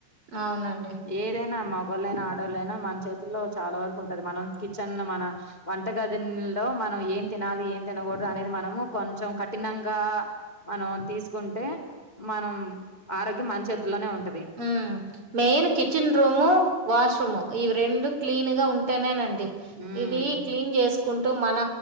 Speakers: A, on the right; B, on the left.
A: అవునండి.
B: ఏదేనా మగోళ్ళైనా ఆడోళ్ళైనా మన చేతుల్లో చాలా వరకు ఉంటంది మనం కిచెన్ మన వంట గది లో మనం ఏం తినాలి ఏం తినకూడదు అనేది మనము కొంచెం కఠినంగా మనం తీసుకుంటే మనం ఆరోగ్యం మన చేతి తిలోనే ఉంట
A: హ్మ్ మెయిన్ కిచెన్ రూము వాష్రూమ్ ఇవి రెండు క్లీన్ గా ఉంటేనేనండి డి
B: ఉమ్
A: ఇవి క్లీన్ చేసుకుం టూ మన